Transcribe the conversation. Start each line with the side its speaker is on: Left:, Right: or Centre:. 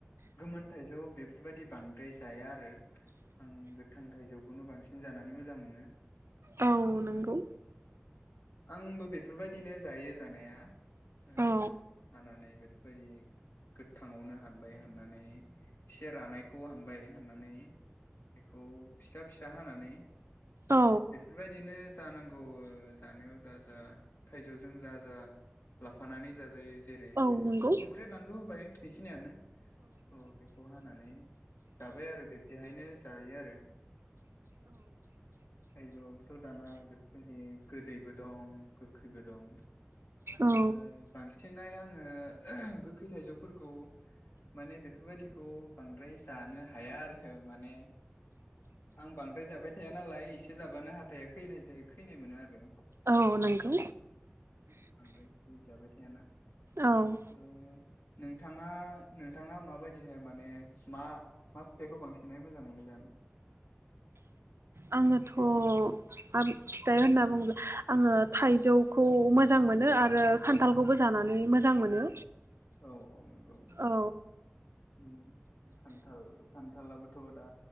Left: गोमोनथायाइजौ बेफ बेफोरबायदि बांद्राय जाया आरो। आं गोथां थाइजौखौनो बांसिन जानानै मोज जां मोनो।
Right: औ
Left: ओ
Right: नंगौ
Left: आंबो बेफोरबायदिनो जायो जानाया ओ
Right: औ
Left: जानानै बेफ बायदि गोथाङावनो हानबाय हाननानै एसे रानायखौ हानबाय हाननानै बेखौ फिसा फिसा हानानै
Right: औ
Left: बेफोरबायदिनो जानांगौ जानायाव जा जा थाइजौजों जा जा लाफानानै जा जायो। जेरै
Right: औ नंगौ
Left: संख्रि बानलु होबाय बेखिनियानो औ बेखौ हानानै जाबाय आरो बिब्दिहायनो जायो आरो। थायजौआबोथ' दाना बेफोरबायदि गोदैबो दं गोखैबो दं।
Right: औ
Left: ओ बांसिनहाय आं ओ गोखै थाइजौफोरखौ माने बेफोरबायदिखौ बांद्राय जानो हाया आरो माने। आं बांद्राय जाबाय थाया नालाय एस से जाबानो हाथाया खैनाय जायो खैनाय मोनो आरो।
Right: औ नंगौ
Left: बांद्राय बेफोरबायदि जाबाय थायाना
Right: औ
Left: ओ नोंथाङा नोंथाङा माबायदिहाय माने मा मा थाइखौ बांसिनै मोजां मोनो जानो।
Right: आङोथ' मा फिथाइ होनना बुङोला आङो थाइजौखौ मोज जां मोनो आरो खान्थालखौबो
Left: औ
Right: जानानै मोजां मोनो।
Left: औ औ नंगौ
Right: औ
Left: उम खान्थाल खान थालाबोथ' दा